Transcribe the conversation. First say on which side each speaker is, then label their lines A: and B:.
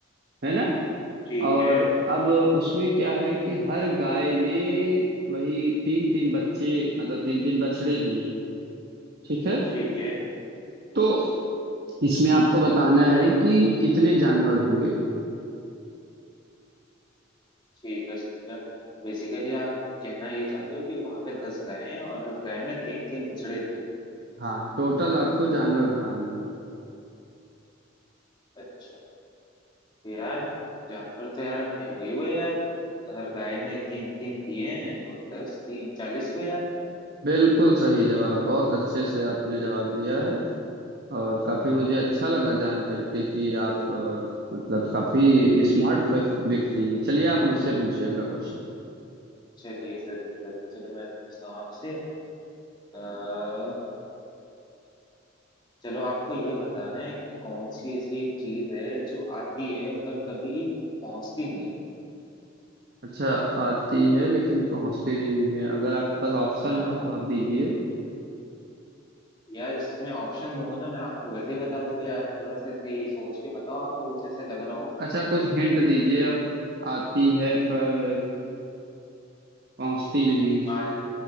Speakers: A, on the right; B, on the left.
A: है ना
B: ठीक
A: और
B: है
A: अब उसमें क्या है कि हर गाय ने वही तीन तीन बच्चे मतलब तीन तीन बछड़े दिए हैं ठीक है
B: ठीक है
A: तो इसमें आपको बताना है कि कितने जानवर हुए
B: ठीक है समझा बेसिकली आप कहना ये चाहते हो कि वहां पे दस गायें हैं और हर गाय ने तीन तीन बछड़े दिए
A: हाँ टोटल आपको जानवर बताने हैं
B: अच्छा तो यार जानवर तो यार अपने वही हुए यार हर गाय ने तीन तीन दिए हैं और दस तीन चालीस हुए यार
A: बिल्कुल सही जवाब बहुत अच्छे से आपने जवाब दिया है और काफी मुझे अच्छा लगा जान करके कि आप अ, मतलब काफी स्मार्ट व्यक्ति हैं चलिए आप मुझसे पूछिए अगला क्वेश्चन
B: चलिए जरूर जरूर चलो मैं पूछता हूँ आपसे अ, चलो आपको ये बताना है कि कौन सी ऐसी एक चीज है जो आती है पर कभी पहुंचती नहीं है
A: अच्छा आती है लेकिन पहुंचती नहीं है अगर आपके पास ऑप्शन
B: हाँ
A: हो तो आप दीजिए
B: यार इसमें ऑप्शन दूंगा ना मैं आपको वैसे ही बता दोगे आप थोड़ा सा ऐसे ही सोच के बताओ आपको कुछ ऐसे लग रहा हो तो
A: अच्छा कुछ हिंट दीजिए आती है पर पहुंचती नहीं
B: मान